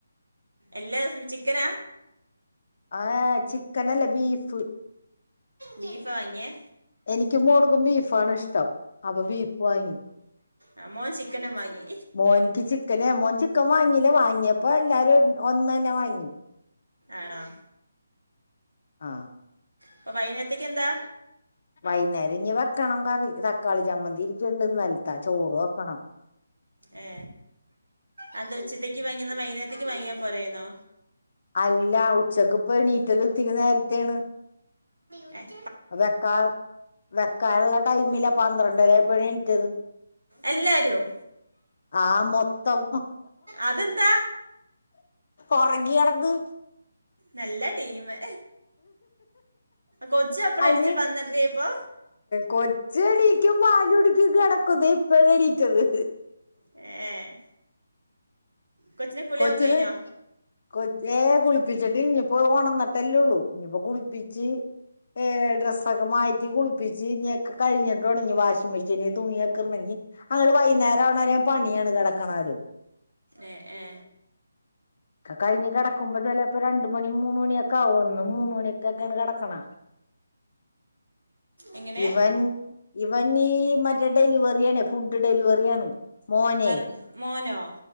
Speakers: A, on the right; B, on the left.
A: എല്ലാ ചിക്കനാ
B: ആ ചിക്കൻ അല്ല ബീഫ്
A: ബീഫാ വാങ്ങിയെ
B: എനിക്കും മോൾക്കും ബീഫാണ് ഇഷ്ടം അപ്പ ബീഫ് വാങ്ങി
A: ആ മോൻ ചിക്കനും വാങ്ങി
B: മോനിക്ക് ചിക്കനെ മോൻ ചിക്കൻ വാങ്ങില വാങ്ങിയപ്പോ എല്ലാരും ഒന്നന്നെ വാങ്ങി
A: ആണോ
B: ആ
A: ഇപ്പ വൈന്നെര്ത്തക്ക് എന്താ
B: വൈന്നേരം ഇഞ്ഞ് വെക്കണം കറി തക്കാളി ചമ്മന്തി ഇരിക്ക്ണ്ട് ഇന്നൽത്ത ചോറ് വക്കണം
A: ഏ അതെന്താ ഉച്ചത്തേക്ക് വാങ്ങിന്നാ വൈന്നേരത്തക്ക് വാങ്ങിയാ പോരായിര്ന്നോ
B: അല്ല ഉച്ചക്ക് ഇപ്പ എണീറ്റത് ഇത്തിരി നേര്ത്തെണ്
A: എ
B: അത് വെക്കാ വെക്കാൻള്ള ടൈമില്ല പന്ത്രണ്ടര ആയപ്പോഴ എണീറ്റത്
A: എല്ലാരും
B: ആ മൊത്തം
A: അതെന്താ
B: ഒർങ്ങി കെടന്ന്
A: നല്ല ടീമ് കൊച്ചു അപ്പളാ
B: അതിന്
A: എണീചെ പന്ത്രണ്ടര ആയപ്പോ
B: കൊച്ച് എണീക്കും പാല്കുടിക്കും കെടക്കുന്ന് ഇപ്പയാ എണീറ്റത്
A: ഏ കൊച്ചിന്റെ കുളിയൊക്കെ
B: കൊച്ചിന്
A: കഴിഞ്ഞോ
B: കൊ ഏ കുളിപ്പിച്ചിട്ട്ല്ല ഇപ്പോ ഓണന്ന്ട്ടല്ലേള്ളൂ ഇഞ്ഞിപ്പ കുളിപ്പിച്ച് ഏ ഡ്രെസൊക്കെ മാറ്റി കുള്പ്പിച്ച് ഇഞ്ഞി ഒക്ക കഴിഞ്ഞി തൊടങ്ങി വാഷിംഗ് മെഷീന് തുണിയക്കെ ഒണങ്ങി അങ്ങഡ് വൈന്നേര ആവ്ണ വരെ പണിയാണ് കെടക്കണവരെ
A: ഏ ഏ
B: ഒക്ക കഴിഞ്ഞ് കെടക്കുമ്പ ചെലെപ്പ രണ്ട്മണി മൂന്ന് മണിയൊക്കെ ആവും എന്നും മൂന്ന് മണിക്കെക്കെണ് കെട ക്ക്ണ
A: എങ്ങനെ
B: ഇവൻ ഇവൻ ഈ മറ്റേ ഡെലിവറിയാണ് ഫുഡ് ഡെലിവറി ആണ് മോനെ
A: അറ് മോനോ